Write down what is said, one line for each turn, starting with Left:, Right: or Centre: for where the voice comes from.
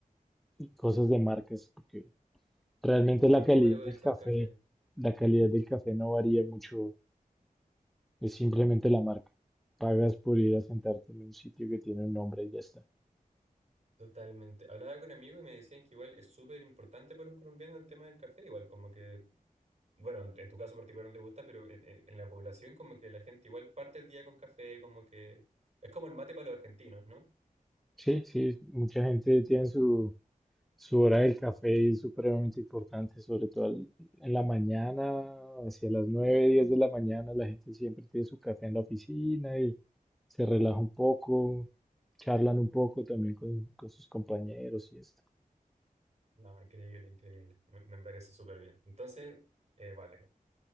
Centre: y cosas de marcas, porque Realmente la
Right: A
Centre: calidad
Right: todo le voy
Centre: del
Right: a echar
Centre: café,
Right: café.
Centre: la calidad del café no varía mucho, es simplemente la marca. Pagas por ir a sentarte en un sitio que tiene un nombre y ya está.
Right: Totalmente. Hablaba con amigos y me decían que igual es súper importante para los colombianos el tema del café, igual como que Bueno, en en tu caso particular no te gusta, pero en, en- en la población como que la gente igual parte el día con café, como que es como el mate para los argentinos, ¿no?
Centre: Sí, sí, mucha gente tiene su, su hora del café y es supremamente importante, sobre todo al- en la mañana, hacia las 9, 10 de la mañana, la gente siempre tiene su café en la oficina y se relaja un poco, charlan un poco también con, con sus compañeros y esto.
Right: No, increíble, increíble. Me, me parece súper bien. Entonces, eh, vale.